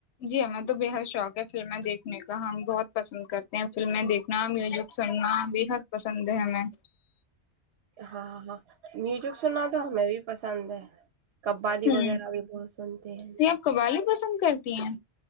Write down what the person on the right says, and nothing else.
ہاں ہاں میوزک سنا تو ہمیں بھی پسند ہے قوالی
وغیرہ بھی بہت سنتے ہیں